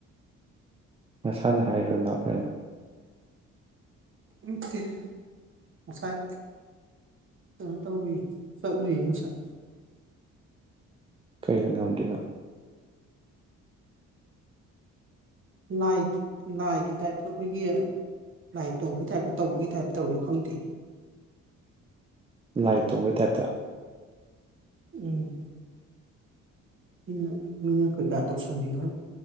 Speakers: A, on the right (about 20°); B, on the right (about 40°).
A: ꯃꯁꯥꯅ ꯍꯥꯏꯔꯣ ꯅꯥ ꯐꯔꯦꯅ
B: ꯇꯦ ꯉꯁꯥꯏ ꯀꯩꯅꯣ ꯇꯧꯏ ꯆꯠꯂꯨꯏ ꯉꯁꯥꯏ
A: ꯀꯩ ꯂꯩꯩ ꯉꯝꯗ꯭ꯔꯤꯅꯣ
B: ꯂꯥꯏ ꯂꯥꯏꯒꯤ ꯇꯥꯏꯞꯇ ꯑꯩꯈꯣꯏꯒꯤ ꯂꯥꯏ ꯇꯣꯡꯕꯒꯤ ꯇꯥꯏꯞꯇ ꯇꯧꯕꯒꯤ ꯇꯥꯏꯞꯇ ꯇꯧꯏ ꯈꯪꯗꯦ
A: ꯂꯥꯏ ꯇꯣꯡꯕꯩ ꯇꯥꯏꯞꯇ
B: ꯎꯝ ꯃꯤ ꯃꯤꯅ ꯀꯩꯀꯥ ꯇꯧꯁꯟꯕꯤꯕ